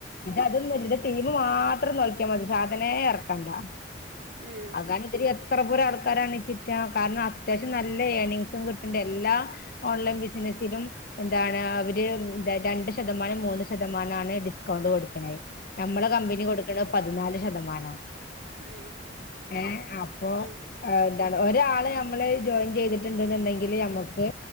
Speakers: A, on the left (about 55°); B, on the right (about 80°).
A: അതൊന്നും ഇ തീമ് മാത്രം നോയ്ക്കാൻ മതി സാധനേ ഇറക്കണ്ട
B: ഉം
A: ഒത്തിരി എത്ര പോര ആൾക്കാരാണ് ഈ ചിറ്റ കാരണം അത്യാവശ്യം നല്ല ഏർണിങ്സും കിട്ടണ്ട് എല്ലാ ഓൺലൈൻ ബിസിനസിലും എന്താണ് അവര് രണ്ട് ശതമാനം മൂന്ന് ശതമാനമാണ് ഡിസ്കൗണ്ട് കൊടുക്കണത് നമ്മളെ
B: ഉം
A: കമ്പനി കൊടുക്കണത് പതിനാല് ശതമാനമാണ്
B: ഉം
A: ഏ അപ്പൊ
B: ഉം
A: ആഹ് ഒരാള് നമ്മള് ജോയിൻ ചെയ്തിട്ടുണ്ട്ന്നുണ്ടെങ്കില് നമ്മുക്ക്